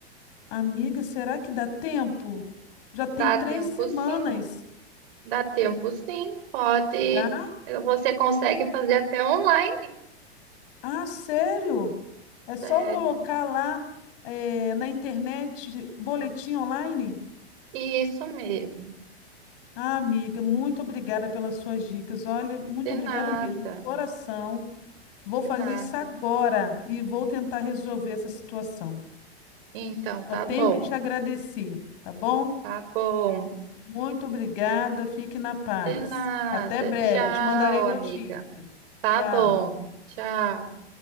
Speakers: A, on the left; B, on the right.
A: Amiga, será que dá tempo? Já tem
B: Dá
A: três
B: tempo
A: semanas.
B: sim, dá tempo sim, pode.
A: Dá?
B: Você consegue fazer até online,
A: Ah, sério? É só
B: sério.
A: eu colocar lá, eh, na internet, boletim online?
B: Isso mesmo.
A: Ah, amiga, muito obrigada pelas suas dicas. Olha, muito
B: De
A: obrigada
B: nada,
A: mesmo. Coração. Vou fazer
B: de nada.
A: isso agora e vou tentar resolver essa situação.
B: Então, tá
A: Só tenho
B: bom,
A: que te agradecer, tá bom?
B: tá bom.
A: Muito obrigada, fique na paz.
B: De nada.
A: Até breve,
B: Tchau,
A: te mandarei notícias.
B: amiga. Tá
A: Tchau.
B: bom, tchau.